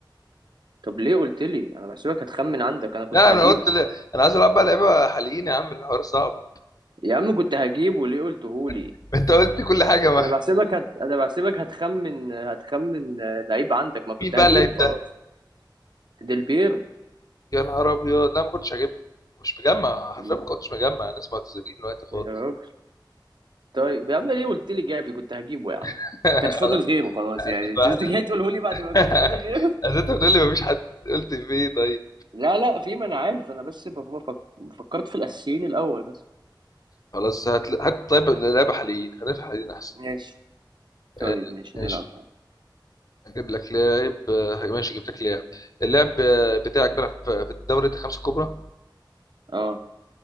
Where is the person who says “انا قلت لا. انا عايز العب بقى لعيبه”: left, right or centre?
Left